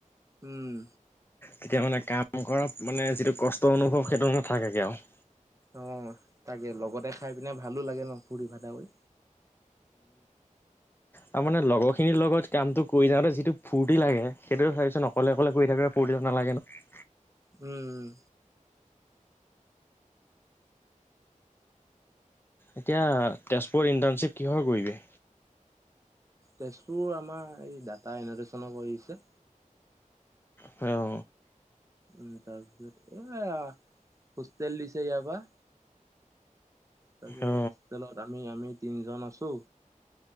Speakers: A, on the right (about 25°); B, on the left (about 15°).
A: উম
B: তেতিয়া মানে কাম কৰা মানে যিটো কষ্ট অনুভৱ সেইটো নাথাকেগে আৰু।
A: অ তাকে লগতে খাই পিনে ভালো লাগে ন ফুুৰ্তি ফৰ্টা কৰি।
B: তাৰ মানে লগৰ খিনিৰ লগত কামটো কৰি যাওঁতে যিটো ফুৰ্তি লাগে সেইটো চাবিচোন অকলে অকলে কৰি থাকে বঢ়িয়া নালাগে ন
A: উম উম
B: এতিয়া তেজপুৰত ইন্টাৰ্ণশ্বিপ কিহৰ কৰিবি?
A: তেজপুৰ আমাৰ এই ডাটা এনেডেচনৰ কৰি আছে
B: হয় অ
A: উম তাৰপিছত এয়া হোষ্টেল দিছে ইয়াৰ পৰা তাকে
B: অ অ অ
A: হোষ্টেলত আমি আমি তিনজন আছো।